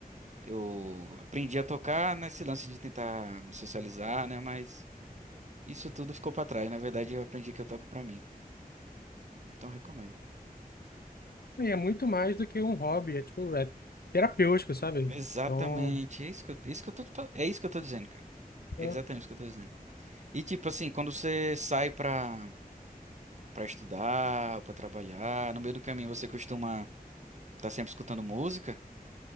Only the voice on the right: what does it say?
eu aprendi a tocar nesse lance de tentar me socializar, né? Mas isso tudo ficou pra trás. Na verdade, eu aprendi que eu toco pra mim. Então, recomendo.
Exatamente.
É isso que eu, é isso que eu tô, te fal- é isso que eu tô dizendo, cara. É
exatamente isso que eu tô dizendo. E, tipo assim, quando você sai pra, pra estudar, pra trabalhar, no meio do caminho você costuma estar sempre escutando música?